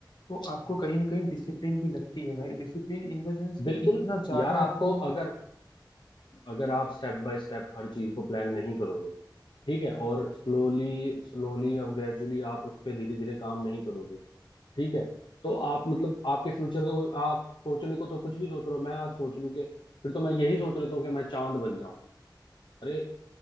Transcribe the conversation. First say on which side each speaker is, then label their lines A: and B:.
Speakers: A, on the left (about 65°); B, on the left (about 80°).
A: तो आपको कहीं ना कहीं डिसिप्लिन भी लगती है भाई डिसिप्लिन इन द सेंस कि
B: बिल्कुल
A: इतना ज्यादा
B: यार आपको
A: आपको
B: अगर अगर आप स्टेप बाय स्टेप हर चीज को प्लान नहीं करोगे ठीक है और स्लोली स्लोली और ग्रेजुअली आप उस पर धीरे धीरे काम नहीं करोगे ठीक है तो आप मतलब आपके फ्यूचर का कोई आप सोचने को तो कुछ भी सोच रहे हो मैं आज सोच लूं कि फिर तो मैं यही सोच लेता हूँ कि मैं चांद बन जाऊं अरे